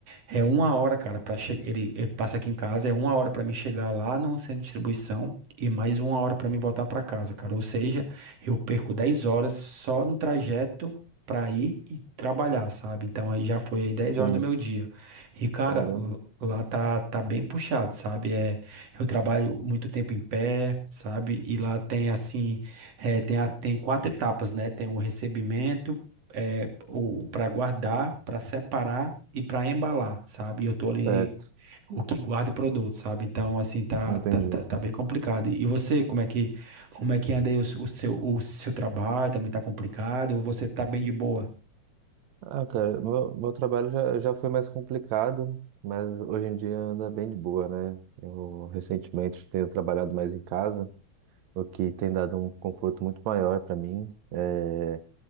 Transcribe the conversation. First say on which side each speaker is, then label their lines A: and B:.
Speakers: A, on the right; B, on the right.
A: é uma hora, cara, para chegar. Ele, ele passa aqui em casa, é uma hora para mim chegar lá no centro de distribuição e mais uma hora para mim voltar para casa, cara. Ou seja, eu perco 10 horas só no trajeto para ir e trabalhar, sabe? Então aí já foi aí dez
B: sim,
A: horas do meu dia. E, cara,
B: caramba.
A: l- lá tá, tá bem puxado, sabe? É, eu trabalho muito tempo em pé, sabe? E lá tem assim, eh, tem, a- tem quatro etapas, né? Tem o recebimento, eh, o para guardar, para separar e para embalar, sabe? E Eu tô ali
B: Certo,
A: o que guarda o produto, sabe? Então assim tá
B: entendi.
A: tá, tá, tá bem complicado. E e você, como é que como é que anda aí o, s- o seu o seu trabalho? Também tá complicado ou você tá bem de boa?
B: Ah, cara, meu, meu trabalho já, já foi mais complicado, mas hoje em dia anda bem de boa, né? Eu recentemente tenho trabalhado mais em casa, o que tem dado um conforto muito maior para mim. É,